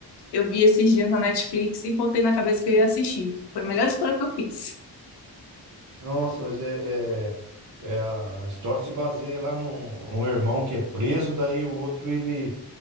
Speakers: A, on the left; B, on the right.
A: eu vi esses dias na Netflix e botei na cabeça que eu ia assistir. Foi a melhor escolha que eu fiz.
B: Nossa, mas é, é- é a história se baseia lá num, num irmão que é preso, daí o outro ele